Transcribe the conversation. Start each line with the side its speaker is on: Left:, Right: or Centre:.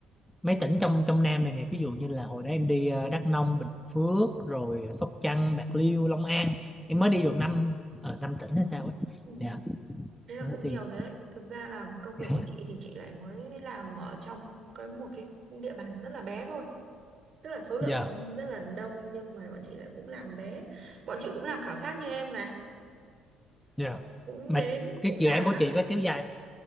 Centre: mấy tỉnh trong trong Nam này nè ví dụ như là hồi đó em đi ờ, Đắk Nông Bình Phước rồi ờ, Sóc Trăng Bạc Liêu Long An em
Right: Ừ.
Centre: mới đi được năm ở năm tỉnh hay sao ấy
Right: Ừ.
Centre: dạ
Right: Thế là
Centre: đó
Right: cũng
Centre: thì
Right: nhiều rồi đấy. Thực ra là công việc
Centre: <laughs>
Right: của chị thì chị lại mới làm ở trong cái một cái địa bàn rất là bé thôi. Tức là số lượng
Centre: dạ
Right: Ừ. dân rất là đông nhưng mà bọn chị lại cũng làm bé. Bọn chị cũng làm khảo sát như em này.
Centre: dạ
Right: Đó. Cũng
Centre: mà
Right: đến
Centre: cái
Right: cũng
Centre: dự
Right: làm
Centre: án của
Right: các
Centre: chị
Right: cái
Centre: có kéo dài